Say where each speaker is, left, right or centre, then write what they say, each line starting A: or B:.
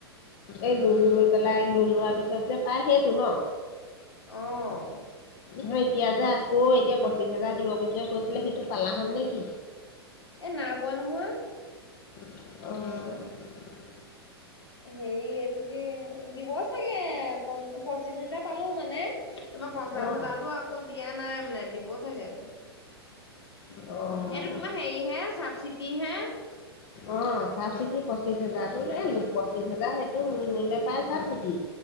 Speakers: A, on the left (about 50°); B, on the left (about 85°).
A: এই লোণ লৈ পেলাই, লোণ লোৱাৰ পিছত যে পাই সেইটো ন?
B: অহ।
A: হয়, এতিয়া যে আকৌ এতিয়া পঁচিছ হেজাৰ দিব বুলি যে কৈছিলে সেইটো পালা হ'ল নেকি?
B: এ নাই পোৱা নহয়।
A: অহ!
B: হেৰি, এইটো কি দিব চাগে, প' পঁচিশ হাজাৰ পালো মানে। তোমাৰ পঞ্চাশ
A: অঁ
B: হাজাৰটো আকৌ দিয়া নাই মানে, দিব চাগে।
A: অ',
B: এইটো তোমাৰ হেৰি হে, চাবচিটি হে।
A: অ চাবচিটী। পঁচিশ হেজাৰতো লে পঁচিশ হেজাৰ সেইটো লোণ ল'লে পাই চাবচিটি।